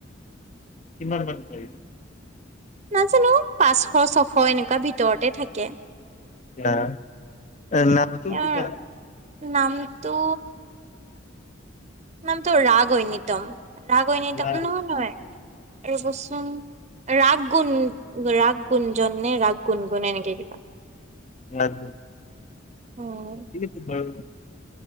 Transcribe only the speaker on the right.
নাজানো, পাঁচশ ছশ এনেকুৱা ভিতৰতে থাকে।
তেওঁৰ
নামটো? নামটো ৰাঘ ঐনিতম। ৰাঘৈ
ঐনিতম, নৌ পঢ়ে। ৰ'ব চোন, ৰাগ গুণ ৰাগ গুঞ্জন নে ৰাগ গুণগুণ এনেকে কিবা।
উম